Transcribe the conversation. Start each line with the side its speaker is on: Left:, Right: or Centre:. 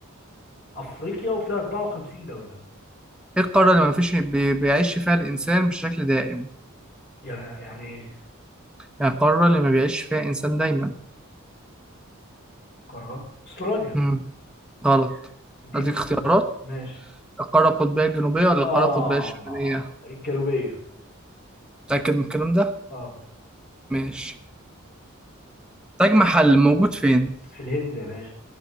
Left: افريقيا وفيها 54 دولة
Centre: إيه القارة اللي ما فيش بي... بيعيش فيها الإنسان بشكل دائم؟
Left: يعني يعني ايه
Centre: يعني القارة اللي ما بيعيش فيها إنسان دايما
Left: قارة استراليا
Centre: مم. غلط
Left: اديني
Centre: هديك
Left: اختيارات
Centre: اختيارات
Left: ماشي
Centre: القارة القطبية الجنوبية ولا
Left: اه
Centre: القارة القطبية الشمالية
Left: الجنوبية
Centre: متأكد من الكلام ده؟
Left: اه
Centre: ماشي تاج محل موجود فين؟
Left: في الهند يا باشا